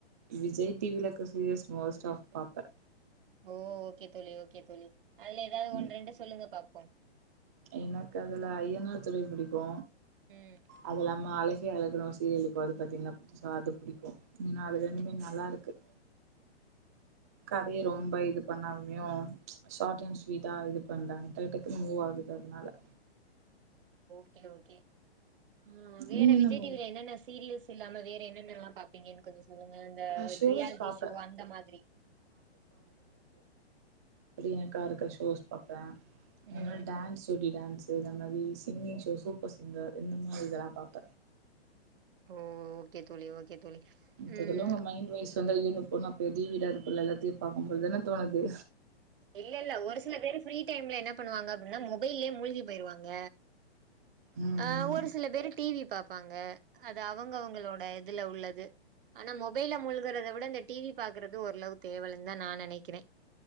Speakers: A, on the right (about 15°); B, on the right (about 55°).
A: விஜய் டிவியில இருக்குர சிரியஸ் மோஸ்ட் ஆஃப் பாப்ப
B: ஓ ஓகே தோழி ஓகே தோழி அதுல ஏதாது
A: ம்
B: ஒன்ரெண்டு சொல்லுங்க பாப் ப
A: எனக்கு அதுல அய்யனார் துணை புடிக்கு
B: ம்
A: அதுல்லாம அலை அழகே அழகணு ஒரு சீரியல் இருக்கு அது பாத்தீங்கனா புதுசா அது புடிக்கு இன் அது
B: ம்
A: ரெண்டுமே நல்லா இருக்கு கதைய
B: ஓ
A: ரொம்ப இது பண்ணாமயு ஷார்ட் அண்ட் ஸ்வீடா இது பண்றாங்க டக் டக்குனு மூவ் ஆகுது அதனால
B: ஒகே ஒகே ம் வேற
A: நீங்க என்ன
B: விஜய்
A: மூவி
B: டிவில என்னென்ன சீரியல்ஸ் இல்லாம வேற என்னென்னெல்லா பாப்பீங்கன் கொஞ்சோ சொல்லுங்க அந்த
A: ஷோஸ்
B: ரியாலிட்டி
A: பாப்பே
B: ஷோ அந்த மாதிரி
A: பிரியங்கா இருக்குற ஷோஸ் பாப்ப இல்லனா
B: ம்
A: டான்ஸ் ஜோடி டான்ஸ் சோ இந்த மாதி சிங்கிங் ஷோ சூப்பர் சிங்கர் இந்த மாதி இதெல்லா பாப்ப
B: ஓ ஓகே தோழி ஓகே தோழி
A: மொத்ததுல
B: ம்
A: உங்க மைண்ட் வாய்ஸ் சொந்த ஈு போனு பெரி வீடா இருக்குல்ல எல்லாத்தயு பாக்கும் பொழுதுதான தோணது
B: இல்ல இல்ல ஒரு சில பேரு ஃப்ரீ டைம்ல என்ன பண்ணுவாங்க அப்டினா மொபைல்லே மூழ்கி போய்ருவாங்க
A: ம்
B: ஆ ஒரு சில பேரு டிவி பாப்பாங்க அது அவங்க அவங்களோட இதுல உள்ளது ஆனா மொபைல முழ்கறத விட இந்த டிவி பாக்குறது ஓரளவு தேவலன் தா நா நனைக்கிற